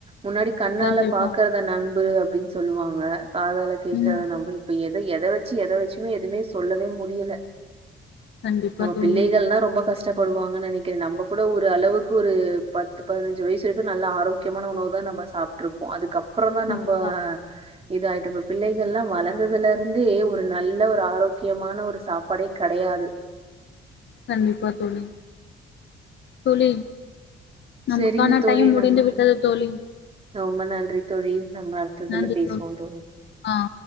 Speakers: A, on the right (about 30°); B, on the left (about 65°).
A: முன்னாடி கண்ணால
B: கண்டிப்பா
A: பாக்குறத நம்பு அப்டின் சொல்வாங்க காதால கேக்றத
B: ம்
A: நம்ம இப்ப எ எத வச்சு எத வச்சு ம் எதுவுமே சொல்லவே முடியல
B: கண்டிப்பா
A: நம்ப
B: தோழி
A: பிள்ளைகள்தா ரொம்ப கஷ்ட கஷ்டப்படுவாங்கன் நெனக்குறே நம்ம கூட ஒரு அளவுக்கு ஒரு பத்து பதினஞ்சு வயசு வரைக்கு நல்ல ஆரோக்கியமான உணவு தா நம்ம சாப்ட்டுருப்போ அதுக்க அப்றோதா
B: கண்டிப்பா
A: நம்ப இதாயிட்ட இப்ப பிள்ளைகள்ல்லா வளந்ததுல இருந்தே ஒரு நல்ல ஒரு ஆரோக்கியமான ஒரு சாப்பாடே கெடயாது
B: கண்டிப்பா தோழி தோழி நமக்கான
A: செரிங்க தோழி
B: டைம் முடிந்து
A: நம்ம
B: விட்டது தோழி
A: ரொம்ப நன்றி தோழி நம்ம அடுத்ததுல
B: நன்றி
A: பேசுவோட்டு
B: தோழி ஆ